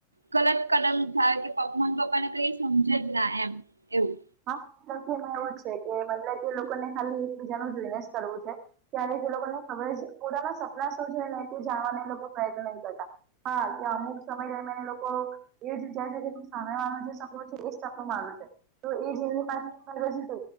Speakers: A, on the right; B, on the right.
A: ગલત કદમ થાય કે પગ મન પપ્પાને કઈ સમજે જ ના એમ એવું
B: હા તોકે એમાં એવું છે કે મતલબ કે લોકોને ખાલી એકબીજા નુ જોઈને જ કરવું છે ત્યારે તે લોકોને ખબર જ પોતાના સપના શું છે ને એ જાણવાને એ લોકો પ્રયત્ન નહીં કરતા હા ત્યા અમુક સમય રયમયને લોકો એ જ વિચારસે કે સામે વાળા નું જે સપનુ છે એ જ સપનુ મારૂ છે તો એ જેની પાસે ફરવા જતુ